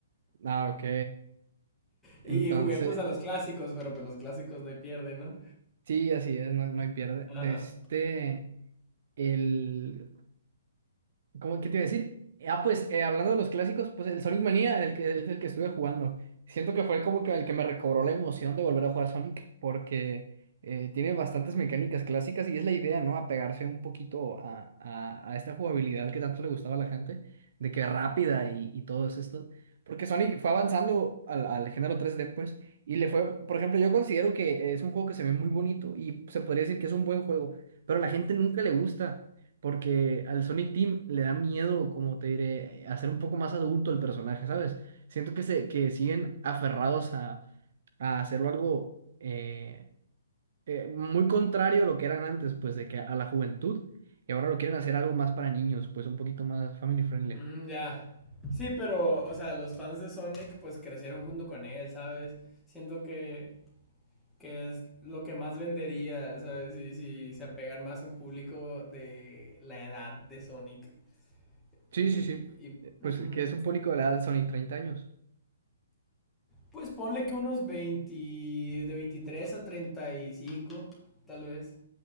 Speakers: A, on the right; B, in the centre.
A: Ah, ok. Entonces,
B: Y jugué pues a los clásicos, pero pues los clásicos no hay pierde, ¿no?
A: sí, así es, no, no hay pierde.
B: Ajá.
A: De este, el... ¿Cómo, qué te iba a decir? Ah, pues eh, hablando de los clásicos, pues el Sonic Mania, el que es el que estuve jugando. Siento que fue como que el que me recobró la emoción de volver a jugar Sonic, porque eh, tiene bastantes mecánicas clásicas y es la idea, ¿no? Apegarse un poquito a, a, a esta jugabilidad que tanto le gustaba a la gente, de que rápida y, y todo es esto. Porque Sonic fue avanzando al, al género 3D, pues, y le fue, por ejemplo, yo considero que es un juego que se ve muy bonito y se podría decir que es un buen juego, pero a la gente nunca le gusta porque al Sonic Team le da miedo, como te diré, hacer un poco más adulto el personaje, ¿sabes? Siento que, se, que siguen aferrados a, a hacerlo algo eh, eh, muy contrario a lo que eran antes, pues de que a la juventud, y ahora lo quieren hacer algo más para niños, pues un poquito más family friendly.
B: Mm, ya. Sí, pero, o sea, los fans de Sonic pues crecieron junto con él, ¿sabes? Siento que que es lo que más vendería, ¿sabes? Y si se apegan más a un público de la edad de Sonic.
A: Sí,
B: Eh,
A: sí, sí.
B: y,
A: Eh, Pues
B: ujú.
A: que es un público de la edad de Sonic treinta años.
B: Pues ponle que unos 20, de 23 a 35, tal vez.